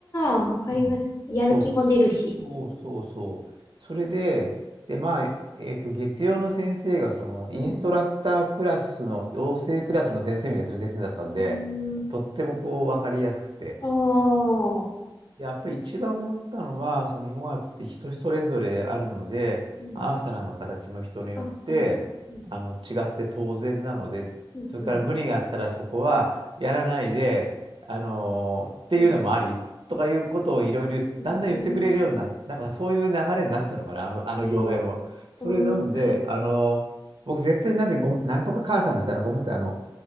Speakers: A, on the left; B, on the right.
A: あ、わかります。
B: うんそう、
A: やる気も出るし。
B: そうそうそう。それで、で、まあ、えっと、月曜の先生が、その、
A: うん。
B: インストラクタークラスの、養成クラスの先生もやってる先生だったんで、
A: うーん。
B: とってもこう、わかりやすくて、
A: ああ、
B: やっぱり一番思ったのは、そのヨガって人それぞれあるので、
A: うん。
B: アーサナの形も人によってあの違って当然なので、
A: あ、はい。うん、うん、
B: それから無理があったらそこはやらないで、
A: うん、
B: あのっていうのもありとかいうことをいろいろだんだん言ってくれるようになって、
A: うん。うーん。
B: なんかそういう流れになってたのかな、あの、あの業界も。
A: ええ、
B: それなので、
A: うーん。
B: あの僕絶対なんでゴム、なんとかカーサナってあのゴムってあの、